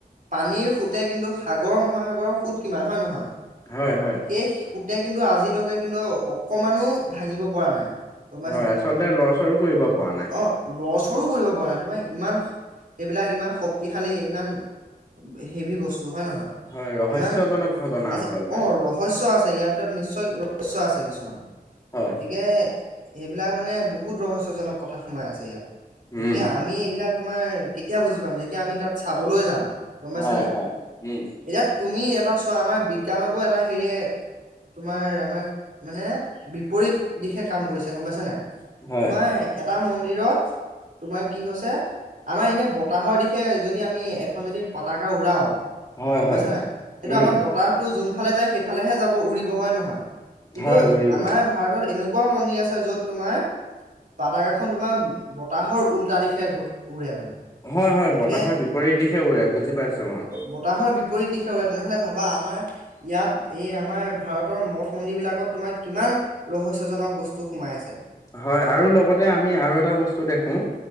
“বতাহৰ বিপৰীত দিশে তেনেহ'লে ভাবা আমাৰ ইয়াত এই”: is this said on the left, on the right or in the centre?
Right